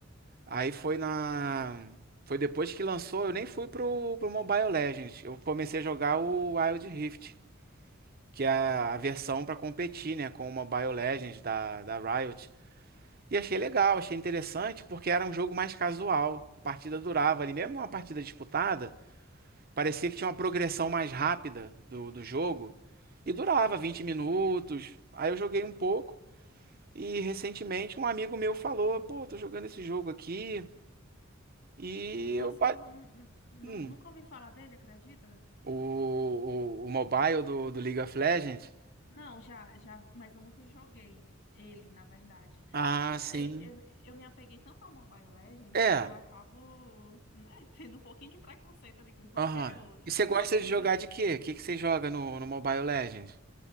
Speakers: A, on the right; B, on the left.
A: Aí foi na. Foi depois que lançou, eu nem fui pro, pro Mobile Legends. Eu comecei a jogar o Wild Rift, que é a versão pra competir, né, com o Mobile Legends da, da Riot. E achei legal, achei interessante, porque era um jogo mais casual. A partida durava ali, mesmo uma partida disputada, parecia que tinha uma progressão mais rápida do, do jogo. E durava 20 minutos. Aí eu joguei um pouco. E recentemente um amigo meu falou: pô, tô jogando esse jogo aqui. E
B: Nossa,
A: eu. ba-
B: eu não, não, não-
A: Hum,
B: nunca ouvi falar dele, acredita?
A: o, o, o mobile do, do League of Legends?
B: Não, já, já, mas eu nunca joguei ele, na verdade.
A: Ah,
B: Não
A: sim.
B: sei, eu, eu me apeguei tanto ao Mobile Legends
A: É,
B: que eu acabo, né, <laughs> tendo um pouquinho de preconceito ali com qualquer
A: aham.
B: outra
A: E
B: que
A: você
B: não
A: gosta
B: seja.
A: de jogar de quê? O que que você joga no, no Mobile Legends?